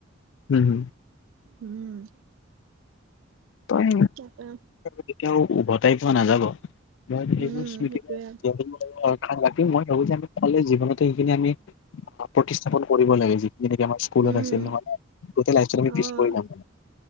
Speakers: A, on the left; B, on the right.
A: উম।
B: উম।
A: তই
B: তাকে
A: তেতিয়াও উভতাই পোৱা নাযাব। মই
B: উম,
A: সেইবোৰ স্মৃতিবোৰ
B: সেইটোৱে
A: বহুত ভাল পাওঁ। বাকী মই ভাবো যে আমি সকলে জীৱনতো সেইখিনি আমি প্ৰতিষ্ঠাপন কৰিব লাগে, যিখিনি নেকি আমাৰ- মনত
B: উম,
A: আছে নহয়, আমি
B: অ'।
A: পিছ পৰি যাম।